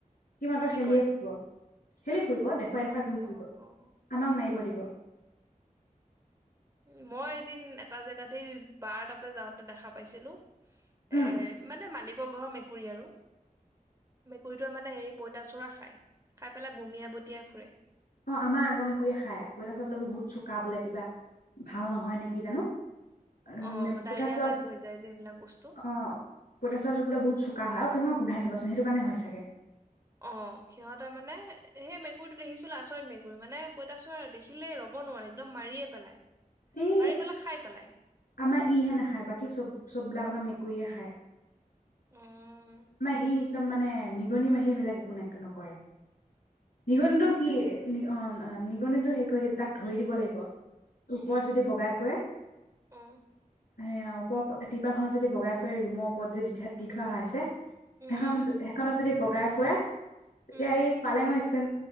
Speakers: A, on the left (about 80°); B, on the right (about 20°).
A: সি মাত্ৰ
B: কি
A: খেলিহে
B: কৰে
A: হেল্ল'। ফুৰিব, দেখুৱাই দেখুৱাই
B: অ
A: ঘুৰি ফুৰিব,
B: অ অ
A: আমাক মাৰিব
B: অ
A: দিব।
B: উ মই এদিন এটা জেগাত হেই, বাৰ তাতে যাওঁতে দেখা পাইছিলো।
A: উম,
B: এ, মানে মালিকৰ ঘৰ মেক কুৰী আৰু, মেকুৰীটোৱে মানে হেৰি পইতাচোৰা খাই, খাই পেলাই বমিয়াই বটিয়াই ফুৰে।
A: অ, আমাৰ আগ মেকুৰীয়ে খাই, পইঁতাচোৰা বহুত চোকা বোলে কিবা, ভাল নহয় নে কি জানো অ উম,
B: অ ডায়েৰিয়া
A: পইতাচোৰা
B: টাইপ
A: অ,
B: হৈ যায় যে এইবিলাক বস্তু
A: পইতাচোৰাটো বোলে বহুত চোকা হয়, আৰু কেনোআব গোন্ধাই চাবাচোন, সেইটো কাৰণে হয় চাগে।
B: অ, সিহঁতৰ মানে, হেই মেকুৰীটো দেখিছিলো আচৰিত মেকুৰী, মানে পইতাচোৰা দেখিলেই ৰ'ব নোৱাৰো, একদম মাৰিয়ে পেলাই।
A: এই
B: মাৰি পেলাই, খাই পেলাই।
A: আমাৰ ইহে নাখায়, বাকী চব-চব বিলাকহত মেকুৰীয়ে খায়।
B: উম
A: মা ই একদম মানে নিগনি বাহিৰে বেলেগ একো নে নকৰে। নিগনিটো কি? নি অ এম নিগনিতো হে কৰি দিব তাক ধৰি দিব লাগিব। পলত যদি বগাই ফুৰে
B: অ।
A: হেয়া, ওপৰ প তিপাল খনত যদি বগাই ফুৰে, ৰুমৰ ওপৰত যে দি দি থোৱা হয় আছে। হেখন,
B: উম উম
A: হেইখনত যদি বগাই ফুৰে। এতিয়া
B: উম
A: এই পালেঙ ইচ